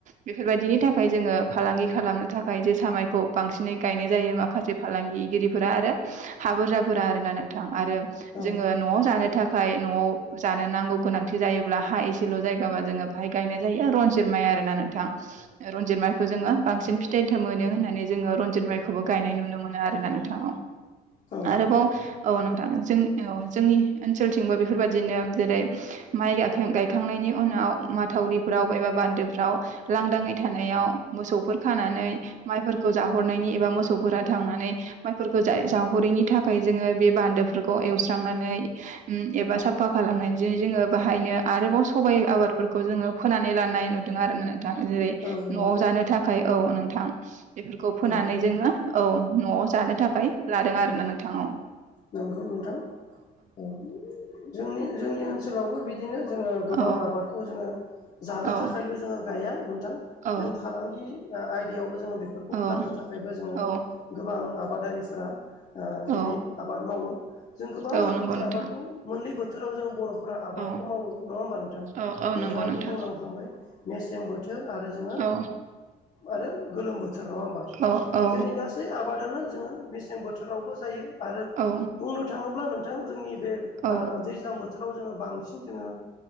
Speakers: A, on the right; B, on the left.
A: बेफोरबायदिनि थाखाय जोङो फालांगि खालामनो थाखाय जे सामायखौ बांसिनै गायनाय जायो माखासे फालांगिरिफोरा आरो हा बुरजाफोरा आरोना नोंथां आरो
B: औ
A: जोङो न'आव जानो थाखाय न'आव जानो नांगौ गोनांथि जायोब्ला हा एसेल' जायो। जों बाहाय गायनाय जायो रनजित माइ आरो ना नोंथां रनजित माइ खौ जोङो बांसिन फिथाइ मोनो होन्नानै जोङो रनजित माइखौबो गायनाय नुनो मोनो आरोना नोंथां
B: औ
A: आरो बाव औ नोंथां जोंनि औ जोंनि ओनसोलथिंबो बेफोरबायदिनो जेरै माइ गाख गायखांनायनि उनाव माथावरिफोराव एबा बान्दोफ्राव लांदाङै थानायाव मोसौफोर खानानै माइफोरखौ जाहरनायनि एबा मोसौफोरा थांनानै माइफोरखौ जावहरैनि थाखाय जोङो बे बान्दोफोरखौ एवस्रांनानै एबा साफा खालामनायजों जोङो बाहायनो आरोबाव सबाइ आबादफोरखौ जोङो फोनानै लानाय नुदों आरोना नोंथां जेरै
B: नंगौ
A: न'आव जानो थाखाय थाखाय औ नोंथां बेफोरखौ फोनानै
B: औ
A: जोङो औ न'आव जानो थाखाय लादों आरो ना नोंथां
B: नंगौ नोंथां औ जोंनि जोंनि ओनसोलावबो बिदिनो जोङो गोबां
A: औ
B: आबादखौ जोङो जानो
A: औ
B: थाखायल' जोङो गया नोंथां
A: औ
B: जों फालांगि आयदायावबो जोङो बेफोरखौ
A: औ
B: फाननो थाखायबो जोङो
A: औ
B: गोबां आबादारिफोरा दिनै
A: औ
B: आबाद मावो जों गोबां
A: औ
B: रोखोमनि
A: नंगौ नोंथां
B: आबादखौ मोननै बोथोराव जों बर'फोरा आबादखौ
A: औ
B: मावो नङा होमबा नोंथां
A: औ औ
B: नोंथाङाबो
A: नंगौ नोंथां
B: बुंलांखांबाय मेसें बोथोर आरो जोङो
A: औ
B: आरो गोलोम बोथोर नङा होमबा
A: औ औ
B: जोंनि गासैबो गासै आबादानो जोङो मेसें बोथोरावबो जायो आरो
A: औ
B: बुंनो थाङोब्ला नोंथां जोंनि बे
A: औ
B: दैज्लां बोथोराव जोङो बांसिन जोङो